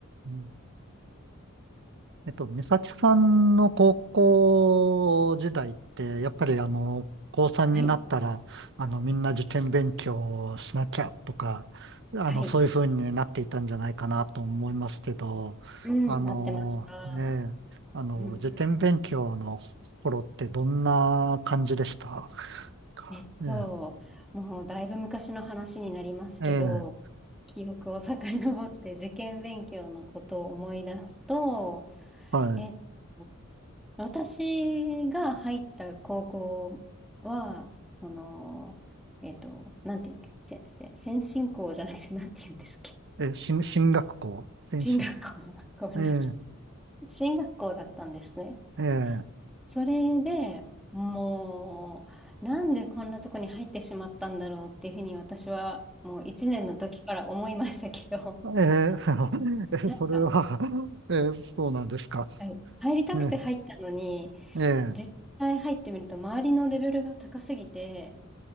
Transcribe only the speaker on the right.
うんえっと、美咲さんの高校時代って、やっぱりあの、高3になったら、
あの、みんな受験勉強をしなきゃとか、あの、
そういう風になっていたんじゃないかなと思いますけど、
あの、
ええ、あの、
受験勉強の頃ってどんな感じでした
かえ
え、ええ、
はい。
え、進進学校、先進、
ええ、
ええ。
えー
<laughs> それは <laughs> えーそうなんですか。
ねええ